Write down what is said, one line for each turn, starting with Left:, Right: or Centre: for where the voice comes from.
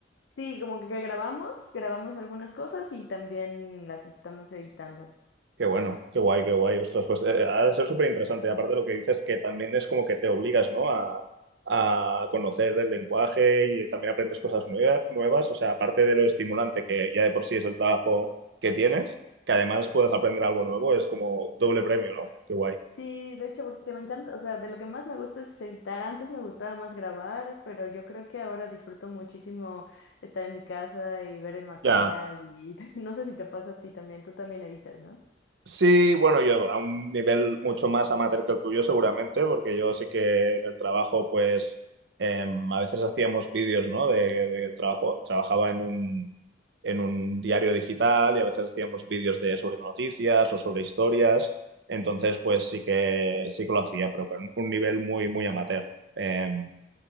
Left: Sí, como que que grabamos, grabamos algunas cosas y también las estamos editando.
Right: Qué bueno, qué guay, qué guay. Ostras, pues eh, ha de ser súper interesante. Aparte lo que dices que también es como que te obligas, ¿no? A, a conocer el lenguaje y también aprendes cosas nueva- nuevas. O sea, aparte de lo estimulante que ya de por sí es el trabajo que tienes, que además puedas aprender algo nuevo, es como doble premio, ¿no? Qué guay.
Left: Sí, de hecho, porque me encanta, o sea, de lo que más me gusta es editar. Antes me gustaba más grabar, pero yo creo que ahora disfruto muchísimo estar en mi casa y ver el material
Right: Ya,
Left: y <laughs> no sé si te pasa a ti también, tú también editas, ¿no?
Right: Sí, bueno, yo a un nivel mucho más amateur que el tuyo seguramente, porque yo sí que en el trabajo, pues em, a veces hacíamos vídeos, ¿no? De, de trabajo, trabajaba en un, en un diario digital y a veces hacíamos vídeos de sobre noticias o sobre historias, entonces pues sí que sí que lo hacía, pero con un nivel muy muy amateur. Em,